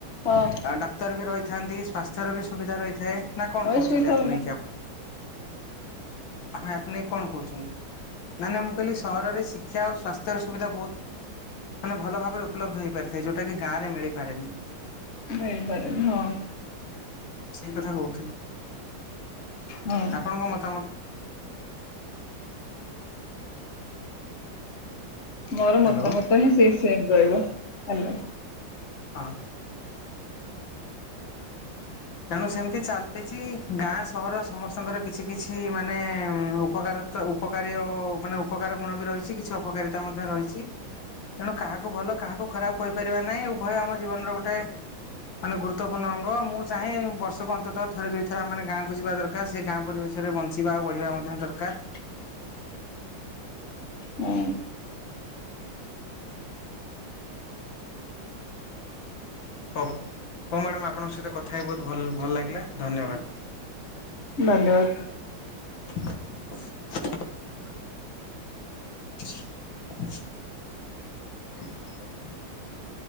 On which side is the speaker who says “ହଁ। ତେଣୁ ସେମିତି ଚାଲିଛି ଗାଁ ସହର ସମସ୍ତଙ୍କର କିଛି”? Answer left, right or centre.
Left